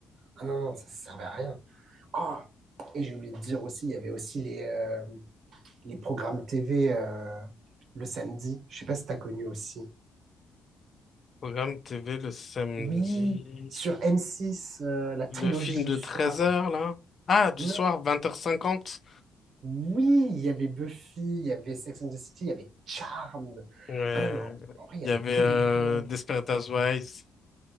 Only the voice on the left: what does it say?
Programme TV le samedi.
Le film de
treize
heures là? Ah, du
soir, vingt heures cinquante
Ouais.
Il
y avait
euh,
Desperate Housewives.